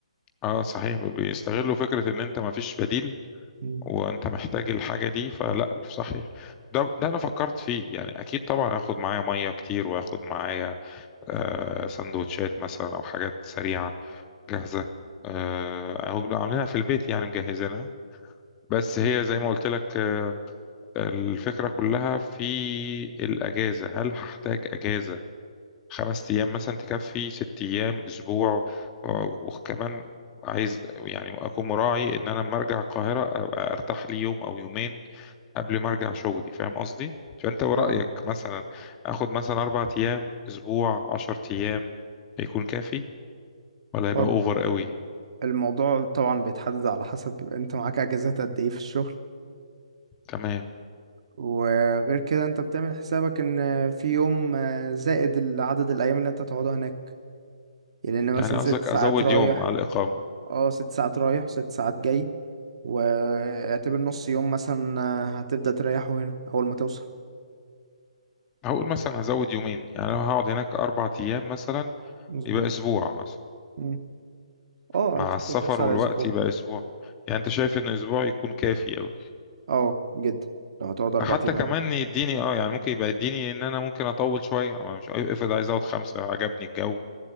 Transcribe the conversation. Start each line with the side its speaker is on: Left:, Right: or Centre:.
Left: اه صحيح بيستغلوا فكره ان انت ما فيش بديل
Right: مم.
Left: وانت محتاج الحاجه دي فلا صحيح ده ده انا فكرت فيه يعني اكيد طبعا هاخد معايا ميه كتير واخد معايا آه سندوتشات مثلا او حاجات سريعه جاهزة آه، أو بنبقى عاملينها في البيت يعني مجهزينها بس
Right: مم.
Left: هي زي ما قلت لك آه، الفكرة كلها في الأجازة هل هحتاج أجازة خمس أيام مثلا تكفي ست أيام أسبوع و- وكمان عايز يعني أكون مراعي إن أنا لما أرجع القاهرة أبقى أرتاح لي يوم أو يومين قبل ما أرجع شغلي فاهم قصدي؟ فأنت ورأيك
Right: فاهم
Left: مثلا آخد مثلا أربع أيام أسبوع عشر أيام هيكون كافي ولا هيبقى
Right: هو
Left: أوفر قوي؟
Right: الموضوع طبعا بيتحدد على حسب انت معاك اجازات قد ايه في الشغل
Left: تمام
Right: وغير كده انت بتعمل حسابك ان في يوم آه، زائد عدد الايام اللي انت تقعدها هناك يعني ان
Left: يعني
Right: مثلا
Left: قصدك
Right: ست ساعات
Left: ازود
Right: رايح
Left: يوم على الاقامه
Right: اه ست ساعات رايح وست ساعات جاي واعتبر نص يوم مثلا آه، هتبدأ تريحه هنا اول ما توصل
Left: هقول مثلا ازود يومين يعني لو هقعد هناك اربع ايام مثلا
Right: مظبوط
Left: يبقى اسبوع مثلا
Right: مم. اه
Left: مع
Right: هتاخد
Left: السفر
Right: ترسى
Left: والوقت
Right: على اسبوع
Left: يبقى اسبوع يعني انت شايف ان اسبوع يكون كافي قوي
Right: اه جدا لو هتقعد اربع
Left: حتى
Right: ايام
Left: كمان
Right: هناك
Left: يديني اه يعني ممكن يبقى يديني ان انا ممكن اطول شويه أما مش افرض عايز اقعد خمسه عجبني الجو